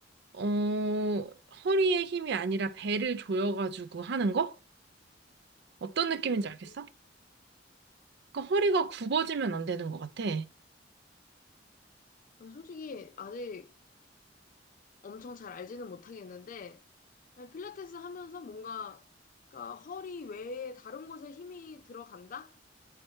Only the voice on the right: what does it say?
어, 허리에 힘이 아니라 배를 조여가지고 하는 거? 어떤 느낌인지
알겠어? 그러니까 허리가 굽어지면 안 되는 것 같아.